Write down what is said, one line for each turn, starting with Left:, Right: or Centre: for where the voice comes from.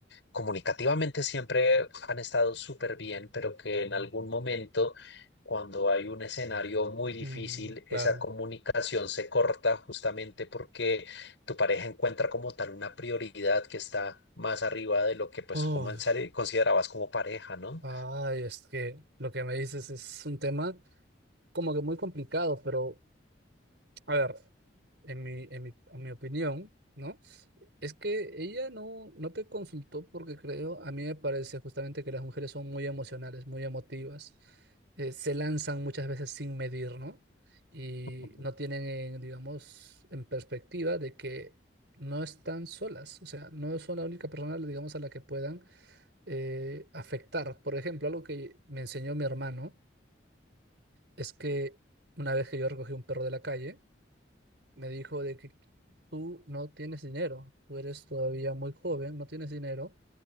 Left: comunicativamente siempre han estado súper bien, pero que en algún momento, cuando hay un escenario muy difícil,
Right: mm, claro.
Left: esa comunicación se corta justamente porque tu pareja encuentra como tal una prioridad que está más arriba de lo que pues
Right: Oh,
Left: como en serio considerabas como pareja, ¿no?
Right: ay, es que lo que me dices es un tema como que muy complicado, pero a ver. en mi, en mi, en mi opinión, ¿no? Es que ella no, no te consultó porque creo, a mí me parece justamente que las mujeres son muy emocionales, muy emotivas, eh, se lanzan muchas veces sin medir, ¿no? Y
Left: Ujú.
Right: no tienen, en, digamos, en perspectiva de que no están solas, o sea, no son la única persona, digamos, a la que puedan eh, afectar. Por ejemplo, algo que me enseñó mi hermano es que una vez que yo recogí un perro de la calle, me dijo de que tú no tienes dinero, tú eres todavía muy joven, no tienes dinero